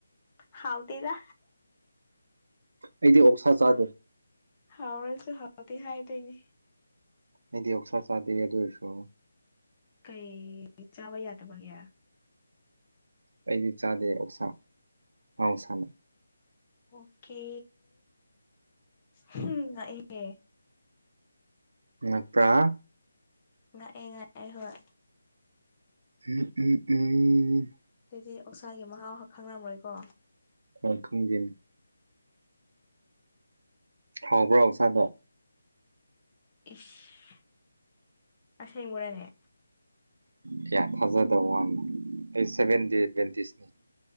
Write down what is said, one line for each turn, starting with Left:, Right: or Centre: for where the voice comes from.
Left: ꯍꯥꯎꯇꯦꯗꯥ
Right: ꯑꯩꯗꯤ ꯑꯣꯛꯁꯥ ꯆꯥꯗꯦ
Left: ꯍꯥꯎꯔꯁꯨ ꯍꯥꯎꯇꯦ ꯍꯥꯏꯗꯣꯏꯅꯦ
Right: ꯑꯩꯗꯤ ꯑꯣꯛꯁꯥ ꯆꯥꯗꯦ ꯑꯗꯨ ꯑꯣꯏꯔꯁꯨ
Left: ꯀꯩ ꯆꯥꯕ ꯌꯥꯗꯕꯒꯤ
Right: ꯑꯩꯗꯤ ꯆꯥꯗꯦ ꯑꯣꯛꯁꯥ ꯃꯍꯧꯁꯥꯅꯦ
Left: ꯑꯣꯀꯦ ꯍꯨꯝ ꯉꯛꯑꯦ
Right: ꯉꯛꯄ꯭ꯔꯥ
Left: ꯉꯛꯑꯦ ꯉꯛꯑꯦ ꯍꯣꯏ
Right: ꯎꯝ ꯎꯝ ꯎꯝ
Left: ꯑꯗꯨꯗꯤ ꯑꯣꯛꯁꯥꯒꯤ ꯃꯍꯥꯎ ꯍꯛ ꯈꯪꯉꯝꯃꯣꯏꯀꯣ
Right: ꯑꯝ ꯈꯪꯗꯦ ꯍꯥꯎꯕ꯭ꯔꯣ ꯑꯣꯛꯁꯥꯗꯣ
Left: ꯏꯁ ꯑꯁꯦꯡꯕꯔꯅꯦ
Right: ꯀꯌꯥ ꯊꯥꯖꯗꯕ ꯋꯥꯅꯤꯗ <unintelligible> <unintelligible>